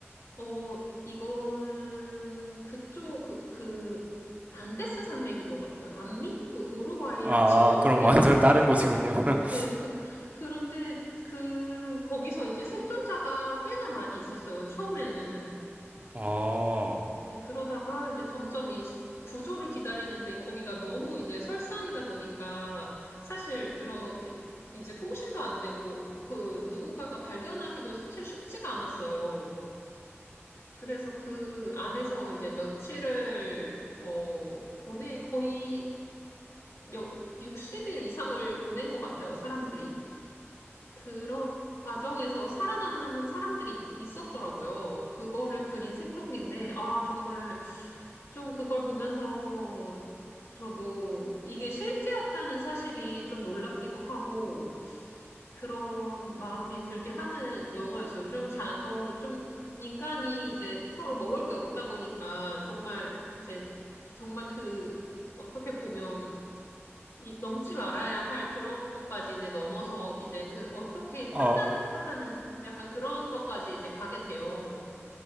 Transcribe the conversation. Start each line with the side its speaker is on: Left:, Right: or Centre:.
Left: 어, 이거는 그쪽, 그, 그, 안데스 산맥인 것 같아요. 남미? 그 우루과이랑
Right: 아,
Left: 칠레에
Right: 그럼
Left: 있는.
Right: 완전 다른 곳이군요. <laughs>
Left: 네, 그, 그런데 그, 거기서 이제 생존자가 꽤나 많이 있었어요. 처음에는.
Right: 어,
Left: 네, 그러다가 이제 점점 이 시- 구조를 기다리는데 거기가 너무 이제 설산이다 보니까 사실 그렇게 이제 통신도 안 되고 그 누군가가 발견하기도 사실 쉽지가 않았어요. 그래서 그 안에서 이제 며칠을, 어, 보내, 거의 몇, 60일 이상을 보낸 것 같아요, 사람들이. 그런 과정에서 살아남은 사람들이 있었더라고요. 그거를 그린 생존기인데, 아, 정말 좀 그걸 보면서 저도 이게 실제였다는 사실이 좀 놀랍기도 하고, 그런 마음이 들게 하는 영화였어요. 좀 자, 어, 좀 인간이 이제 서로 먹을 게 없다 보니까 정말 이제 정말 그 어떻게 보면 이 넘지 말아야 할 그런 것까지 이제 넘어서 이제 그 어떻게
Right: 어,
Left: 판단을 해야 하는지 약간 그런 것까지 이제 가게 돼요.